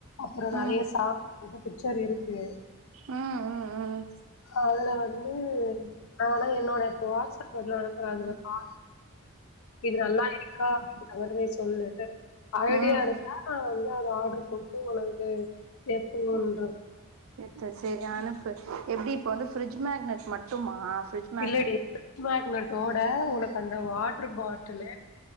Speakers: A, on the left; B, on the right.
A: அப்புறம்
B: ம்
A: நிறைய சா அப்ப பிக்சர் இருக்கு
B: ம் ம் ம் ம்
A: அதுல வந்து நானா என்னோட இப்ப வாட்ஸ்அப் எல அனுப்புறேன் அதுல கால் இது நல்லா இருக்கா அப்படின்றமாறி நீ சொல்லு ஐடியா
B: ம்
A: இருந்தா நான் வந்து அத ஆர்டர் போட்டு உனக்கு எப்டிங்கன்றது
B: ம் எத்த சரி அனுப்பு எப்படி இப்ப வந்து ஃபிரிட்ஜ் மேக்னட் மட்டுமா ஃபரிட்
A: இல்லடி ஃபிரிட்ஜ் மேக்னட்டோட உனக்கு அந்த வாட்டரு பாட்டிலு